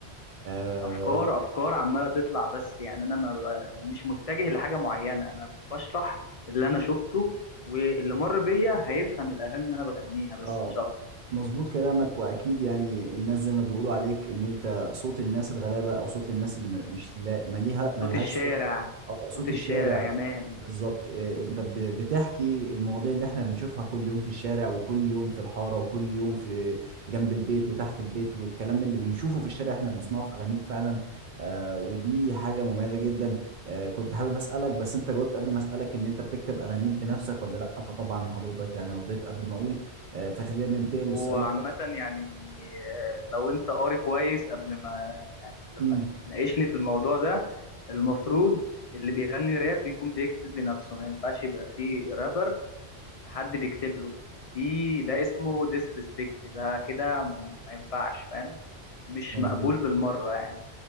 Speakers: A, on the right; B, on the left.
A: امم
B: افكار افكار عماله تطلع بس يعني انا ما ب- مش متجه لحاجه معينه انا بشرح اللي انا شفته واللي مر بيا هيفهم الاغاني اللي انا بغنيها بس
A: اه
B: مش اكتر
A: مظبوط كلامك واكيد يعني الناس زي ما بيقولوا عليك ان انت صوت الناس الغلابه او صوت الناس اللي م- مش لا مليها
B: صوت
A: ملهاش
B: الشارع
A: صوت اه صوت
B: صوت الشارع
A: الشارع
B: يا مان
A: بالظبط آه، انت ب- بتحكي المواضيع اللي احنا بنشوفها كل يوم في الشارع وكل يوم في الحاره وكل يوم في جنب البيت وتحت البيت والكلام اللي بنشوفه في الشارع احنا بنسمعه في اغانيك فعلا آه ودي حاجه مميزه جدا آه كنت حابب اسالك بس انت جاوبت قبل ما اسالك ان انت بتكتب اغانيك بنفسك ولا لا فطبعا حضرتك يعني رديت قبل ما اقول آه، فخلينا ننتقل
B: هو
A: للسؤال
B: عامة
A: اللي
B: يعني آه، لو انت قاري كويس قبل ما يعني قبل
A: امم
B: ما تناقشني في الموضوع ده المفروض اللي بيغني راب بيكون بيكتب لنفسه ما ينفعش يبقى فيه رابر حد بيكتب له دي ده اسمه ديسريسبكت ده كده ما ينفعش فاهم مش
A: مظبوط
B: مقبول بالمرة يعني